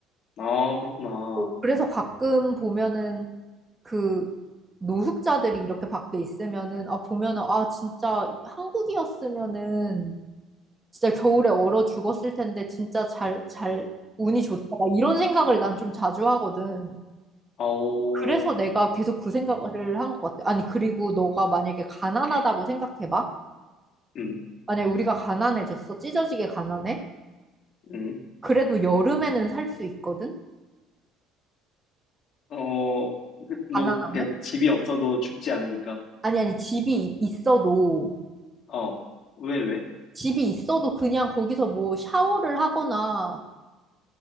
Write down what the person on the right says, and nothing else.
어, 그래서 가끔 보면은 그 노숙자들이 이렇게 밖에 있으면은, 아, 보면은, 아, 진짜 한국이었으면은 진짜 겨울에 얼어 죽었을 텐데 진짜 잘, 잘, 운이 좋다. 막 이런 생각을 난 좀 자주 하거든.
그래서 내가 계속 그 생각을 한 것 같아. 아니, 그리고 너가 만약에 가난하다고 생각해봐.
만약에 우리가 가난해졌어. 찢어지게 가난해.
그래도 여름에는 살 수 있거든?
가난하면?
아니, 아니, 집이 있어도,
집이 있어도 그냥 거기서 뭐 샤워를 하거나,